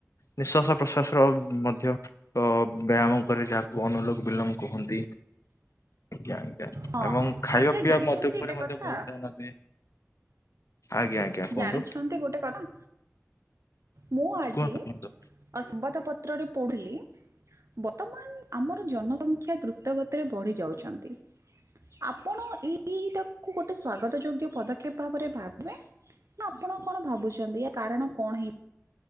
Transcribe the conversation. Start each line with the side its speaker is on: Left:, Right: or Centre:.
Left: ନିଃଶ୍ଵାସ ପ୍ରଶ୍ଵାସ ର ମଧ୍ୟ ଅ ବ୍ୟାୟାମ କରେ ଯାହାକୁ ଅନୁଲୋକ ବିଲମ କୁହନ୍ତି ଆଜ୍ଞା ଆଜ୍ଞା।
Right: ହଁ
Left: ଏବଂ
Right: ହଁ
Left: ଖାଇବା
Right: ଆଚ୍ଛା
Left: ପିଇବା
Right: ଜାଣିଛନ୍ତି
Left: ମଧ୍ୟ ଉପ ଉପରେ
Right: ଗୋଟେ
Left: ମଧ୍ୟ
Right: କଥା
Left: ବହୁତ ଧ୍ୟାନ ଦିଏ ଆଜ୍ଞା ଆଜ୍ଞା। କୁହନ୍ତୁ
Right: ଜାଣିଛନ୍ତି ଗୋଟେ କଥା। ମୁଁ ଆଜି
Left: କୁହନ୍ତୁ
Right: ଅ
Left: କୁହନ୍ତୁ।
Right: ସମ୍ବାଦ ପତ୍ର ରେ ପଢ଼ୁଲି ବର୍ତ୍ତମାନ ଆମର ଜନସଂଖ୍ୟା ଦ୍ରୁତଗତିରେ ବଢି ଯାଉଛନ୍ତି। ଆପଣ ଏଇଟାକୁ ଗୋଟେ ସ୍ୱାଗତ ଯୋଗ୍ୟ ପଦକ୍ଷେପ ଭାବରେ ଭାବେ ନା ଆପଣ କଣ ଭାବୁଛନ୍ତି କାରଣ କଣ ହେଇ